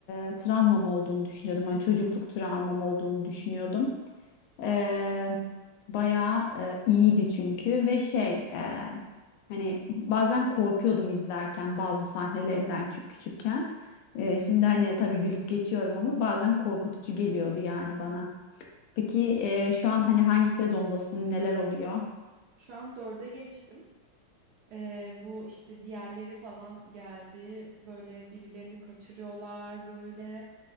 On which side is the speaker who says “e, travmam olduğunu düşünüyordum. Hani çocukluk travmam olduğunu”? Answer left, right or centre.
Left